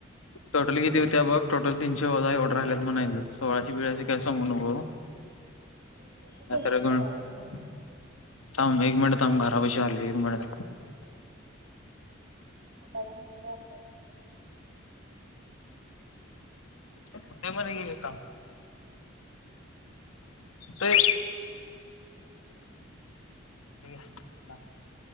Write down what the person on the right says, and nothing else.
तीनशे नाही दोनशेचा
बॅलन्स आहे
हं बझंजनस केंस आहे